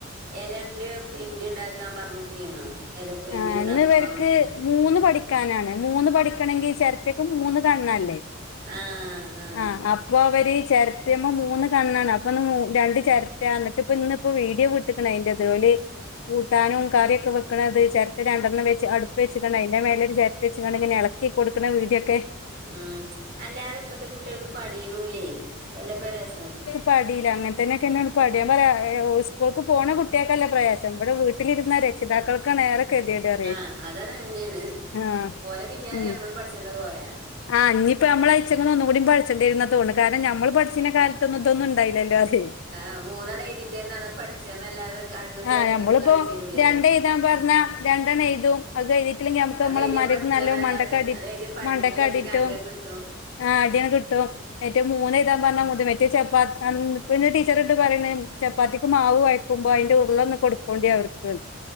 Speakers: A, on the right; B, on the left.
A: ഇലന്റെ പ്രിന്റ് ണ്ടാക്കാൻ പറഞ്ഞക്കേന്നു ഇല പ്രിന്റ്
B: ആഹ്
A: ണ്ടാക്കാൻ
B: ഇന്ന് ഇവർക്ക്
A: പറഞ്ഞക്കേന്നു
B: മൂന്ന് പഠിക്കാനാണ് മൂന്ന് പഠിക്കണെങ്കിൽ ചെര്റ്റക്ക് മൂന്ന് കണ്ണല്ലേ
A: ആഹ് ആഹ്
B: ആഹ് അപ്പൊ അവര് ചെര്റ്റെമ്മേ മൂന്ന് കണ്ണാണ് അപ്പൊ ഒന്ന് രണ്ട് ചെര്റ്റാന്ന് ഇത് ഇന്നിപ്പോ വീഡിയോ വിട്ട്ക്ണ് അയ്ന്റെത് ഓല് കൂട്ടാനും കറി ഒക്കെ വെക്ക്‌ണത് ചെരറ്റ രണ്ടെണ്ണം വെച്ച് അടുപ്പ് വെച്ച്കാണ്ട് അയ്ന്റെ മേല ഒര് ചെരറ്റ വെച്ച് കാണ്ട് ഇങ്ങനെ ഇളക്കി കൊടുക്കണ വീടിയൊക്കെ
A: ഉം അല്ലാതെ ഇപ്പത്തെ കുട്ടികൾക്ക് പണി ഒന്നും ഇല്ലേയ് അതല്ലേ ഇപ്പൊ രസം
B: പടീല അങ്ങൻത്തന്നെയൊക്കെന്നെ പഠിയാ ഞാൻ പറിയ സ്കൂൾക്ക് പോണ കുട്ടികൾക്കല്ല പ്രയാസം ഇവിടെ വീ ട്ടിലിരുന്ന രക്ഷിതാക്കൾക്കാണ് ഏറെ കെതിയേട് പറയെ
A: ആഹ് അത് തന്നെയാണ്
B: ആഹ്
A: ഓലെ പിന്നാലെ
B: ഉം
A: നമ്മളും പഠിച്ചണ്ട കോല
B: ആഹ് ഞ്ഞിപ്പ അമ്മൾ അയ്ച്ചങ്ങന്ന് ഒന്നും കൂടി പഠിച്ചെണ്ടിരുംന്നാണ് തോണത് കാരണം നമ്മള് പഠിചീന കാല അന്ന് ഇതൊന്നും ണ്ടായില്ലല്ലോതെ
A: ആഹ് മൂന്ന് എണ്ണം എഴുതിറ്റെന്നെ അതാണ്ട് പഠിച്ചന്നല്ലാതെ കണ്ണും
B: ആഹ്
A: ചെരട്ടിയൊന്നും
B: ഞമ്മളിപ്പോ
A: കാണിച്ചുരൂല്ലേ
B: രണ്ട് എഴ്താൻ പർഞ്ഞ രണ്ട് ന്ന് എഴുതും അത് എഴുതിട്ടില്ലെകിൽ നമുക്ക്
A: അത്
B: മ്മളെ
A: എഴുതിയാണ്
B: ഇമ്മാന്റെ
A: പഠിച്ചാന്നല്ലാതെ
B: എടുത്തിന്ന് നല്ലോം മണ്ടക്കടി
A: അത് എഴുതി പഠിച്ചിട്ടില്ല
B: മണ്ടക്ക്‌
A: വെച്ചെങ്കിൽ
B: അടിട്ടും
A: അടിയാൻ കിട്ടും
B: ആഹ് അടി ഒക്കെ കിട്ടും ഏറ്റേ മൂന്ന് എഴ്താൻ പറഞ്ഞാൽ <unintelligible> മറ്റേ ചപ്പാ പിന്നെ ടീച്ചർ ഇട്ട് പറയണ ചപ് പ്പാത്തിക്ക് മാവ് കൊയ്ക്കുമ്പോ അതിന്റെ ഉരുള ഒന്ന് കൊടുക്കോണ്ടി അവർക്ക്